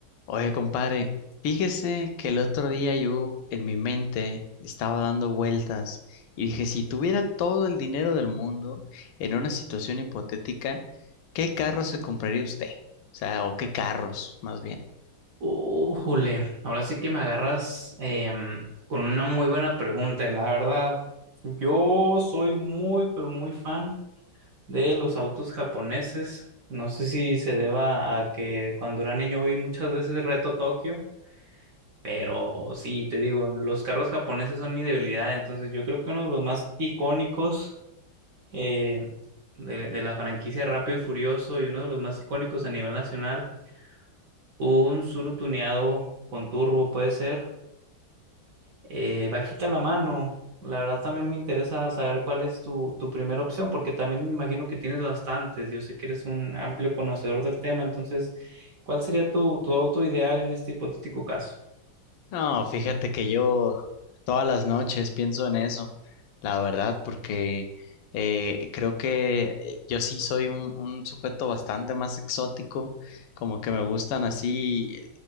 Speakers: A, on the left; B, on the right.
A: Oye, compadre, fíjese que el otro día yo en mi mente estaba dando vueltas y dije, si tuviera todo el dinero del mundo en una situación hipotética, ¿qué carro se compraría usted? O sea, o qué carros, más bien.
B: Újule, ahora sí que me agarras em, con una muy buena pregunta, la verdad. Yo soy muy, pero muy fan de los autos japoneses. No sé si se deba a que cuando era niño vi muchas veces Reto Tokio, pero sí, te digo, los carros japoneses son mi debilidad. Entonces, yo creo que uno de los más icónicos eh, de, de la franquicia Rápido y Furioso y uno de los más icónicos a nivel nacional, un Tsuru tuneado con turbo puede ser. Eh, bajita la mano. La verdad también me interesa saber cuál es tu, tu primera opción, porque también me imagino que tienes bastantes. Yo sé que eres un amplio conocedor del tema, entonces, ¿cuál sería tu, tu auto ideal en este hipotético caso?
A: No, fíjate que yo todas las noches pienso en eso, la verdad, porque eh, creo que eh, yo sí soy un, un sujeto bastante más exótico, como que me gustan así